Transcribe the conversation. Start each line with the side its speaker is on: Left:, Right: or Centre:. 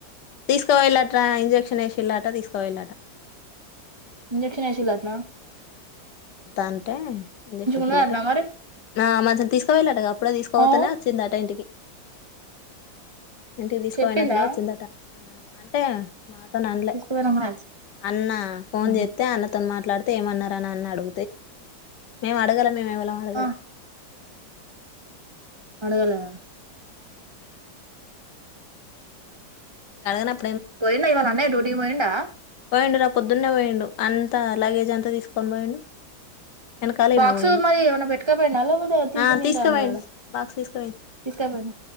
Left: తీసుకో వెళ్ళట ఇంజెక్షన్ వేసి వెళ్ళట తీసుకో వెళ్ళట
Right: ఇంజెక్షన్ అషలాదున్నా
Left: అ అంటే ఇంక్షన్ల్ళట
Right: ఉన్నదటనా మరి
Left: ఆ మంచిం తీసుకువెళ్ళట అప్పుడే తీసుకోపోతనే
Right: ఆ
Left: వచ్చిందట ఇంటికి ఏంటి తీసుకుపోనాక
Right: చెప్పిందా
Left: చిందట అంటే. మాతోన అన్లే
Right: తీసుకుపోయినాం కదా
Left: అన్న ఫోన్
Right: ఆహా
Left: చేస్తే అన్నతో మా. మాట్లాడితే ఏమన్నారు అని అన్నాడు. మేము అడగలను మేం. ఆహ్ అడగలే.
Right: ఆ అడగలే.
Left: అడుగనపు.
Right: పోయిండా ఇవాళ అన్నయ్య డ్యూట్. డ్యూటీకి పోయిండా.
Left: పోయిండు రా పొద్దున్నే పోయిండు అంతా లగేజ్ అంతా తీసుకోని పోయిండు. వెనకాల
Right: బాక్సు
Left: ఈమె పోయింది
Right: మరి ఏమైనా పెట్టుకపోయిండ లేకపోతే టిఫిన్
Left: ఆ
Right: తింటా
Left: తీసుకుపోయిండు
Right: ఉన్నాడాడ
Left: బాక్స్ తీసుకుపోయిండు
Right: తీసుకపోయిడ